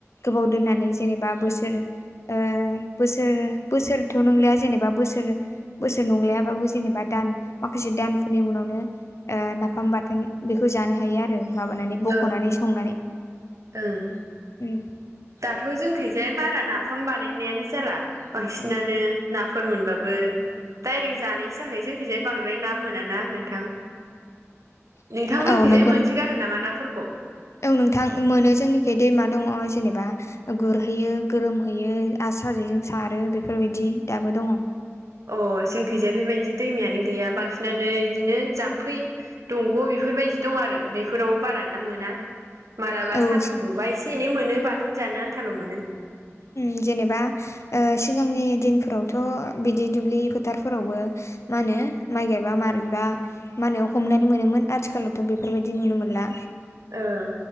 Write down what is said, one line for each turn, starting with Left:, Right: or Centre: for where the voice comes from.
Left: गोबाव दोननानै जेनेबा बोसोर ओ बोसोर बोसोरथ' नंलिया जेनेबा बोसोर बोसोर नंलायाबाबो जेनेबा दान माखासे दानफोरनि उनावनो ओ नाफाम बाथोन बेखौ जानो हायो आरो माबानानै
Right: ओं
Left: बाख'नानै संनानै
Right: ओं
Left: उम
Right: दाथ' जोंखैजाय बारा नाफाम बानायनायानो जाला। बांसिनानो
Left: उम
Right: नाफोर मोनबाबो डायरेक्ट जानायसो जाखायो जोंथिंजाय बांद्राय ना मोना ना नोंथां। नोंथांमोनथिंजाय
Left: औ नंगौ
Right: मोनसोगारो
Left: नोंथां
Right: नामा नाफोरखौ?
Left: औ नोंथां मोनो जोंनिखै दैमा दङ जेनेबा गुरहैयो गोरोमहैयो आसारा जेजों सारो बेफोरबायदि दाबो दङ
Right: अ जोंनि थिंजाय बेबायदि दैमायानो गैया बांसिनानो बिदिनो जाम्फै दंग' बेफोरबायदि दं आरो बेफोरावबो बारा ना मोना मालाबा
Left: औ
Right: सान्दुं दुंबा एसे एनै मोनो बाथोन जानो आन्थाल' मोनो
Left: उम जेनेबा सिगांनि दिनफोराव थ' बिदि दुब्लि फोथारफोरावबो मा होनो माइ गायबा मारैबा माने हमनानै मोनोमोन आथिखालावथ' बेफोरबायदि नुनो मोनला
Right: औ